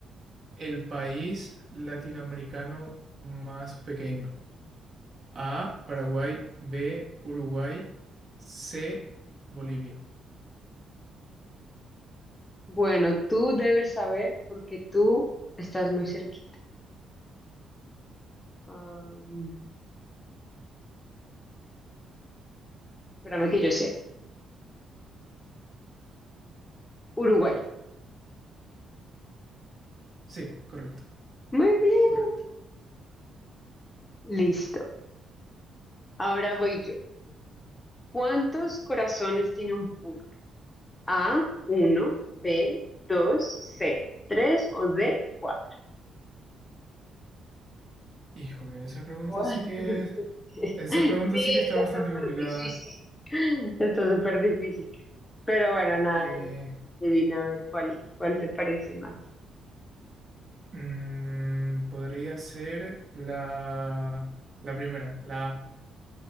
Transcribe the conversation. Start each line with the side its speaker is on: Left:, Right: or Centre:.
Right: el país latinoamericano más pequeño? A, Paraguay, B, Uruguay, C, Bolivia.
Left: Bueno, tú debes saber porque tú estás muy cerquita. Am, espérame que yo sé. Uruguay.
Right: Sí, correcto,
Left: Muy bien.
Right: correcto.
Left: Listo. Ahora voy yo. ¿Cuántos corazones tiene un pulpo? A, uno, B, 2, C, 3 o D, cuatro.
Right: Híjole, esa pregunta
Left: <laughs> o antes
Right: sí que es
Left: que te-
Right: Esa
Left: <laughs>
Right: pregunta
Left: Sí,
Right: sí que está
Left: está
Right: bastante
Left: súper
Right: complicada.
Left: difícil. Está súper difícil. Pero bueno, nada,
Right: Eh,
Left: eh, adivina a ver cuál, cuál te parece más.
Right: mm, podría ser la, la primera, la A.